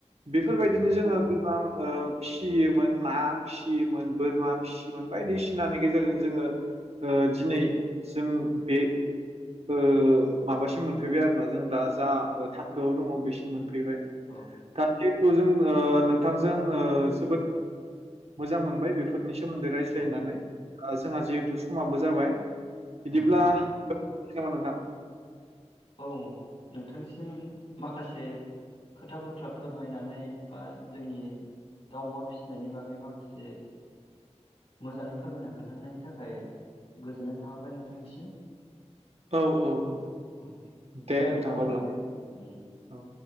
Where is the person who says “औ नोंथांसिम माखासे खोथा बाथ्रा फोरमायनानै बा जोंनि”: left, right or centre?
Left